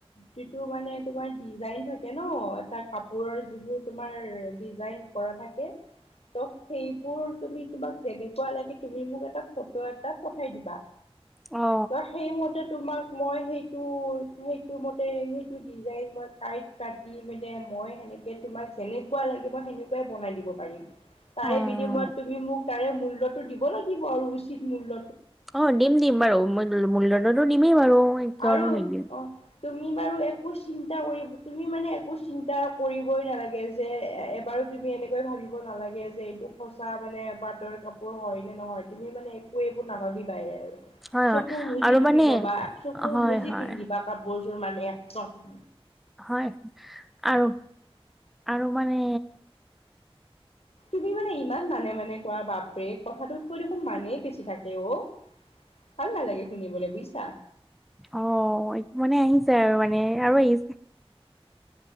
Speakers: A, on the left (about 80°); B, in the centre.
A: যিটো মানে তোমাৰ ডিজাইন থাকে ন, এটা কাপোৰৰ যিবোৰ তোমাৰ ডিজাইন কৰা থাকে। ত সেইবোৰ তুমি তোমাক যেনেকুৱা লাগে তুমি মোক এটা ফটো এটা পঠ ঠাই দিবা।
B: অঁ।
A: তা সেই মতে তোমাক মই সেইটো সেইটো মতে সেইটো ডিজাইন মই টাইপ কাটি মানে মই সেনেকে তোমাক যেনেকুৱা লাগে মই সেনেকুৱাই বনাই দিব পাৰিম। তাৰে
B: অ',
A: বিনিময়ত তুমি মোক তাৰে মূল্যটো দিব লাগিব আৰু উচিত মূল্য।
B: অঁ দিম দিম বাৰু, মূল মূল্যটোতো দিমেই বাৰু। কিয়নো
A: আৰু অঁহ।
B: নিদিম
A: তুমি বাৰু একো চিন্তা কৰিব তুমি মানে একো চিন্তা কৰিবই নালাগে যে এবাৰ তুমি এনেকৈ ভাবিব নালাগে যে এইটো সঁচা মানে পাতৰ কাপোৰ হয় নে নহয়, তুমি মানে এক একো নাভাবিবাই আৰু,
B: হয়
A: চকু
B: হয়
A: মুদি
B: আৰু
A: তুমি
B: মানে
A: ল'বা। চকু
B: হয়
A: মুজি
B: হয়
A: পিন্ধিবা কাপোৰযোৰ মানে একদম।
B: হয় আৰু আৰু মানে
A: তুমি মানে ইমান মানে মানে কোৱা বাপৰে! কথাটোত কৈ দেখোন মানেই বেছি থাকে ঔ। ভাল নালাগে শুনিবলে বুইছা!
B: অঁ মানে আহি যায় আৰু মানে আৰু আহি